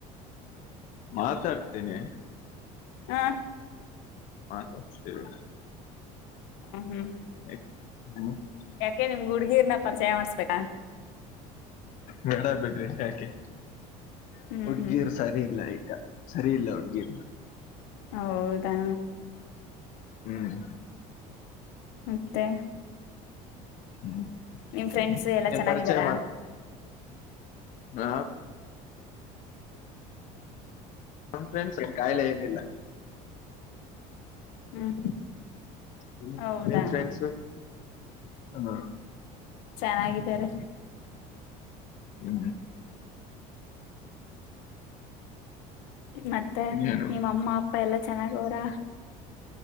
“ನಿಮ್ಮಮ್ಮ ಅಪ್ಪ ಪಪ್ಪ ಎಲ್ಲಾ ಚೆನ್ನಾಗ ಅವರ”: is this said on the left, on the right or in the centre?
Left